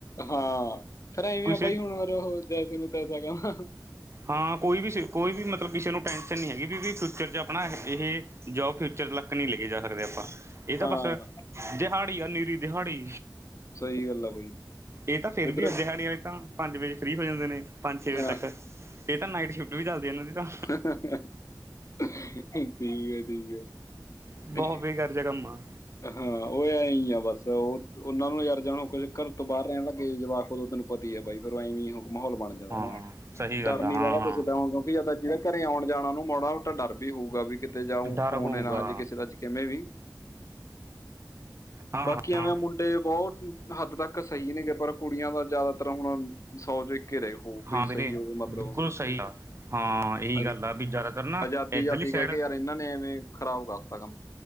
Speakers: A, on the left; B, on the right.
A: ਹਾਂ ਫਿਰ ਐਵੇਂ
B: ਕਿਸੇ
A: ਆ ਬਾਈ ਹੁਣ ਉਹ ਜੈਸੇ ਨੂੰ ਤੈਸਾ ਕ <inaudible>
B: ਹਾਂ ਕੋਈ ਵੀ ਕੋਈ ਵੀ ਮਤਲਬ ਕਿਸੇ ਨੂੰ ਟੈਂਸ਼ਨ ਨਹੀਂ ਹੈਗੀ ਵੀ -ਵੀ ਫਿਊਚਰ 'ਚ ਆਪਣਾ ਇਹ ਜੋਬ ਫਿਊਚਰ ਲ ਤੱਕ ਨਹੀਂ ਲੈ ਕੇ ਜਾ ਸਕਦੇ ਆਪਾਂ ਇਹ ਤਾਂ
A: ਹਾਂ
B: ਬਸ ਦਿਹਾੜੀ ਆ ਨੀਰੀ ਦਿਹਾੜੀ
A: ਸਹੀ ਗੱਲ ਆ ਬਾਈ
B: ਇਹ ਤਾਂ ਫੇਰ
A: ਉਧਰ
B: ਵੀ ਅੱਜੇ ਦਿਹਾੜੀ ਹੋਈ ਤਾਂ ਪੰਜ ਵਜੇ ਫ੍ਰਰੀ ਹੋ ਜਾਂਦੇ ਨੇ ਪੰਜ ਛੇ ਵਜੇ
A: ਹਾਂ
B: ਤੱਕ
A: ਠੀਕ
B: ਇਹ ਤਾਂ ਨਾਈਟ ਸ਼ਿਫਟ ਵੀ ਚੱਲਦੀ ਹੈ ਇਹਨਾਂ ਦੀ ਤਾਂ
A: <inaudible> <inaudible> ਠੀਕ ਏ-ਠੀਕ
B: ਬਹੁਤ
A: ਏ।
B: ਬੇਕਾਰ ਜਿਹਾ ਕੰਮ ਆ।
A: ਹਾਂ ਉਹ ਐ ਹੀ ਆ ਬਸ ਉਹ ਉਹਨਾਂ ਨੂੰ ਯਾਰ ਜਾਣ ਹੋ ਘਰ ਤੋਂ ਬਾਹਰ ਰਹਿ ਲੱਗੇ ਜਵਾਕ ਦੋ ਤੈਨੂੰ ਪਤੀ ਹੈ ਬਾਈ ਫਿਰ ਐਵੇਂ ਮਾਹੌਲ ਬਣ <unintelligible>
B: ਹਾਂ ਸਹੀ ਗੱਲ
A: ਡਰ ਨੀ
B: ਆ ਹਾਂ
A: ਰਹਿੰਦਾ ਕਿਸੇ ਦਾ ਉਦੋਂ ਜਿਹਦਾ ਘਰੇ ਆਣ-ਜਾਣ ਉਹਨੂੰ ਮਾੜਾ ਮੋਟਾ ਡਰ ਵੀ ਹੋਊਗਾ ਵੀ ਕਿਤੇ ਜਾਊ
B: ਡਰ
A: ਫੋਨ
B: ਹੋਊਗਾ
A: ਇਹ ਨਾ ਹਜੇ ਕਿਸੇ ਦਾ ਕਿਵੇਂ ਵੀ
B: ਹਾਂ
A: ਬਕ ਕਿਵੇਂ
B: ਹਾਂ।
A: ਮੁੰਡੇ ਬਹੁਤ ਹੱਦ ਤੱਕ ਸਹੀ ਨੇਗੇ ਪਰ ਕੁੜੀਆਂ ਦਾ ਜ਼ਿਆਦਾਤਰ ਹੁਣ ਸੌ 'ਚ ਇੱਕ ਰਹੇ ਹੋ ਕੋਈ
B: ਹਾਂ ਵੀਰੇ
A: ਸਹੀ ਹੋਵੇ ਮਤਲਬ--'
B: ਬਿਲਕੁਲ ਸਹੀ ਆ। ਹਾਂ ਇਹੀ
A: ਅੱਜ
B: ਗੱਲ ਆ ਵੀ ਜ਼ਿਆਦਾਤਰ ਨਾ
A: ਆਜ਼ਾਦੀ
B: ਇੱਧਰਲੀ
A: ਆਜ਼ਾਦੀ
B: ਸਾਈਡ
A: ਕਹਿ ਕੇ ਯਾਰ ਇਹਨਾਂ ਨੇ ਐਵੇਂ ਖ਼ਰਾਬ ਕਰਤਾ ਕੰਮ